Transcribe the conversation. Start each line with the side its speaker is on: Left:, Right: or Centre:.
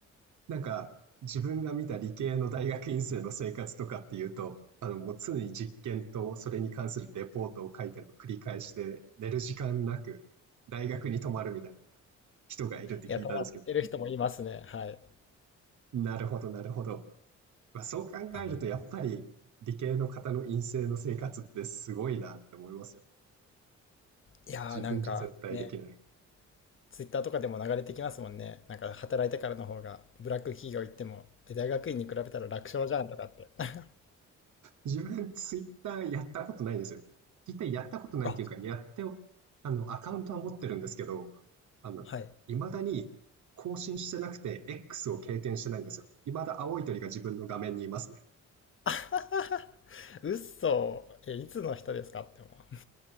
Right: なんか、自分が見た理系の大学院生の生活とかっていうと、あの、もう常に実験とそれに関するレポートを書いての繰り返しで、寝る時間なく大学に泊まるみたいな人がいるって聞いたんですけど、
Left: いや、止まってる人もいますね。はい。
Right: なるほど、なるほど。まあ、そう考えると、
Left: あ、
Right: やっぱり理系の方の院生の生活ってすごいなって思いますよ。
Left: いやーなんかね、
Right: 自分じゃ絶対できない。
Left: ツイッターとかでも流れてきますもんね。なんか働いてからの方がブラック企業行っても、え大学院に比べたら楽勝じゃんとかって。<laughs>
Right: 自分、ツイッターやったことないですよ。ツイッターやったことないっていうか、
Left: あ、
Right: やってあの、アカウントは持ってるんですけど、あの、
Left: はい。
Right: いまだに更新してなくて、X を経験してないんですよ。いまだ青い鳥が自分の画面にいますね。
Left: <laughs> うっそーえ、いつの人ですかって思う。